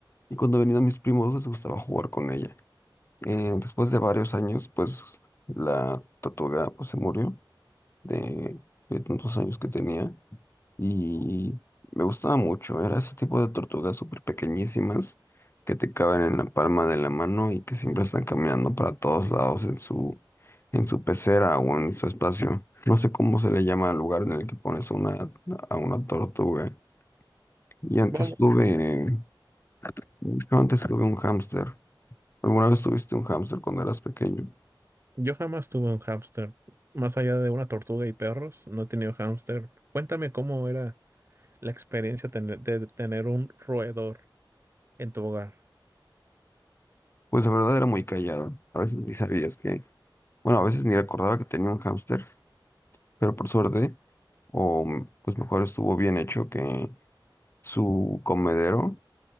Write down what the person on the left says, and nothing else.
y cuando venían mis primos les gustaba jugar con ella. Eh, después de varios años, pues la tortuga pues, se murió de, de tantos años que tenía y me gustaba mucho. Era ese tipo de tortugas súper pequeñísimas que te caben en la palma de la mano y que siempre están caminando para todos lados en su, en su pecera o en su espacio. No sé cómo se le llama al lugar en el que pones a una, a una tortuga. Y antes
tuve, yo antes tuve un hámster. ¿Alguna vez tuviste un hámster cuando eras pequeño?
Pues la verdad era muy callado. A veces ni sabías que, bueno, a veces ni recordaba que tenía un hámster. pero por suerte, o mm, pues mejor estuvo bien hecho que su comedero